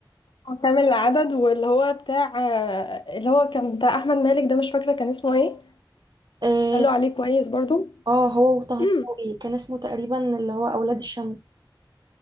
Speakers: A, on the left; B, on the right.
A: كام العدد واللي هو بتاع اللي هو كان بتاع احمد مالك ده مش فاكره كان اسمه ايه
B: اه
A: قالوا عليه كويس برضو
B: آه، هو وطه
A: <clears throat>
B: دسوقي كان اسمه تقريبا اللي هو اولاد الشمس